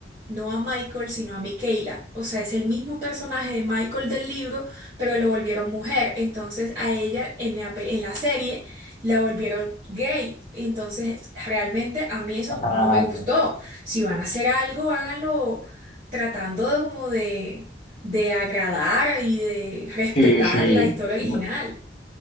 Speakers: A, on the right; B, on the left.
A: no a Michael, sino a Michaela. O sea, es el mismo personaje de Michael del libro, pero lo volvieron mujer. Entonces a ella en la, pe- en la serie la volvieron gay. Entonces realmente a mí eso
B: Ah,
A: no me gustó. Si van a hacer algo, háganlo tratando de como de de agradar y de respetar
B: sí, sí.
A: la historia original.
B: No,